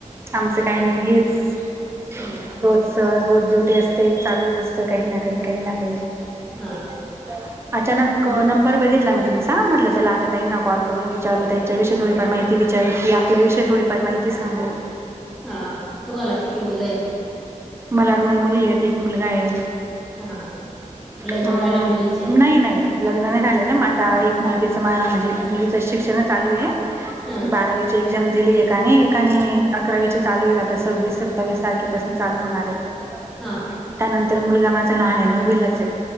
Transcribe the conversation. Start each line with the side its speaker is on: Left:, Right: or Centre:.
Right: आमचं काही नाही हेच-
Centre: हम्म
Right: रोच रोज ड्युटी असते चालूच असत काही ना काही काही ना काही. <unintelligible>
Centre: हा
Right: अचानक
Centre: तुम
Right: नंबर बघितला मी तुम्हचा म्हटलं त्याला ताई ना आता त्यांना कॉल करून विचारू त्यांच्याविषय थोडी फार माहिती विचारू की आपल्याविषयीथोडीफार माहिती. की सांगु.
Centre: हा तुम्हाला किती मुलं आहे.
Right: मला दोन मुली आहेत एक मुलगा आहे.
Centre: हा. लग्न
Right: <inaudible> हम्
Centre: झाले मुलींचे
Right: नाही नाही लग्न नाही झालेलं
Centre: हम्म
Right: मग आता एक मुलगीचं म म्हणजे मुललीचं शिक्षण चालू आहे
Centre: हा
Right: बारावीची एक्झाम दिली एकाने एकाने अकरावी चालू येईल आता सव्वीस सत्तावीस तारखेपासून चालू होणार आहेत.
Centre: हा हा
Right: त्यानंतर मुलगा माझं लहान आहे नवीलाच आहे.